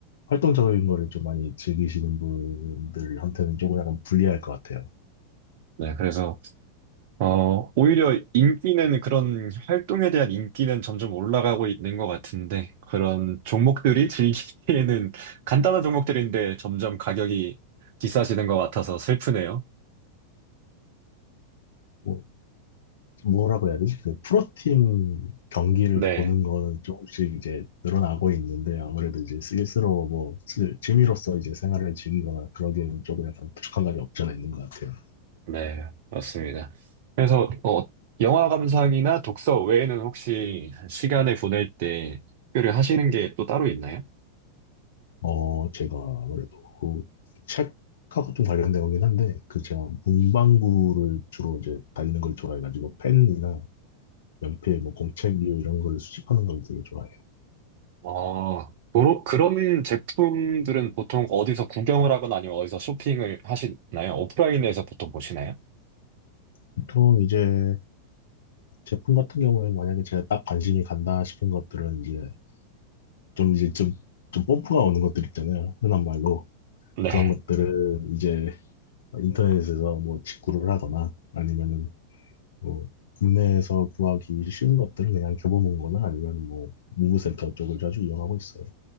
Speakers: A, on the left; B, on the right.
A: 활동적인 거를 좀 많이 즐기시는 분들한테는 조금 약간 불리할 것 같아요.
B: 네, 그래서 어, 오히려 인기는 그런 활동에 대한 인기는 점점 올라가고 있는 것 같은데, 그런 종목들이 즐기기에는 <laughs> 간단한 종목들인데 점점 가격이 비싸지는 것 같아서 슬프네요.
A: 뭐 뭐라고 해야 되지? 그 프로팀 경기를
B: 네,
A: 보는 거는 조금씩 이제 늘어나고 있는데 아무래도 이제 스스로 뭐 스- 취미로서 이제 생활을 즐기거나 그러기에는 조금 약간 부족한 감이 없지 않아 있는 것 같아요.
B: 네, 맞습니다. 그래서, 어, 영화 감상이나 독서 외에는 혹시 시간을 보낼 때 특별히 하시는 게 또 따로 있나요?
A: 어, 제가 아무래도 그 책하고 좀 관련된 거긴 한데 그 제가 문방구를 주로 이제 다니는 걸 좋아해가지고 펜이나 연필, 뭐 공책류 이런 걸 수집하는 걸 되게 좋아해요.
B: 어, 도로- 그런 제품들은 보통 어디서 구경을 하거나 아니면 어디서 쇼핑을 하시나요? 오프라인에서 보통 보시나요?
A: 보통 이제 제품 같은 경우에는 만약에 제가 딱 관심이 간다 싶은 것들은 이제 좀 이제 좀, 좀 펌프가 오는 것들 있잖아요. 흔한 말로.
B: 네.
A: 그런 것들은 이제 인터넷에서 뭐 직구를 하거나 아니면은 뭐 국내에서 구하기 쉬운 것들은 그냥 겨보는 거나 아니면 뭐 문구센터 쪽을 자주 이용하고 있어요.